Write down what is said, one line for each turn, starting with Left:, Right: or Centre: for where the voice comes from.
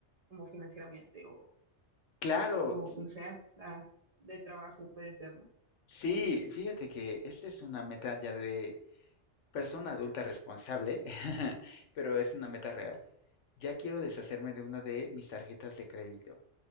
Right: como financieramente o,
Left: claro,
Right: o no sé, hasta de trabajo puede ser, ¿no?
Left: sí. Fíjate que esta es una meta ya de Persona adulta responsable, <laughs> pero es una meta real. Ya quiero deshacerme de una de mis tarjetas de crédito.